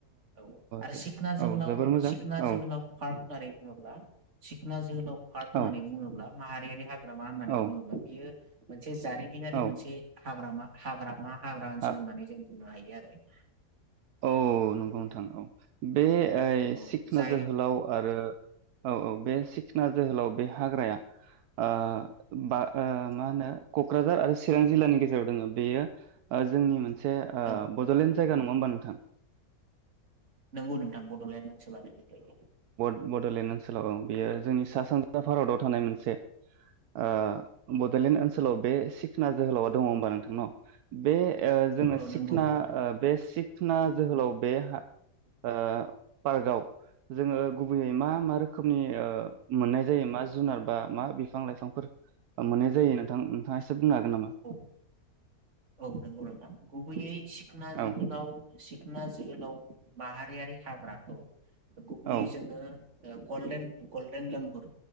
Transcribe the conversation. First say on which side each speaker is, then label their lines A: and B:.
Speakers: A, on the right; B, on the right.
A: औ आरो
B: जो-
A: सिखना जोहोलाव
B: औ जोबोर मोजां
A: सिखना
B: औ
A: जोहोलाव पार्क होननानै बुङोब्ला सिखना जोहोलाव पार्क होननानै
B: औ
A: बुङोब्ला <unintelligible> हाग्रामा होननानै
B: औ
A: बुङोब्ला बियो मोनसे जारि मिनारि
B: औ
A: मोनसे हाग्रामा हाग्रा मा हाग्रा ओनसोल
B: आ-
A: होननानै जों बुंनो हायो आरो <inaudible>
B: औ नंगौ नोंथां औ बे ओइ
A: औ
B: सिखना
A: जाय
B: जोहोलाव आरो औ औ बे सिखना जोहोलाव बे हाग्राया ओ बा ओ मा होनो क'क्राझार आरो चिरां जिललानि गेजेराव दङ बेयो ओ जोंनि मोन से ओ
A: औ
B: बड'लेण्ड जायगा नङा होमबा नों
A: नंगौ नोंथां बड'लेण्ड ओसोनलानो गोग्लैयो
B: बड'लेण्ड ओनसोलाव बियो जोंनि सा सानजा भारताव थानाय मोनसे ओ बड'लेण्ड ओन सोलाव बे सिखना जोहोलावा दङ होमबा नोंथां न बे ओ जोङो
A: औ
B: सिखना
A: नंगौ नोंथां
B: ओ बे सिख ना जोहोलाव बे ओ पार्कआव जोङो गुबैयै मा मा रोखोमनि ओ मोननाय जायो मा जुनार बा मा बिफां लाइफांफोर मोननाय जायो नों थां नोंथांङा एसे से बुंनो हागोन नामा
A: औ औ नंगौ नोंथां गुबैयै सिखना जोहोलाव
B: औ
A: सिखना जोहोलाव माहारियारि हाग्रामा गुबुयै
B: औ
A: जोङो गलदेन गलदेन लांगुर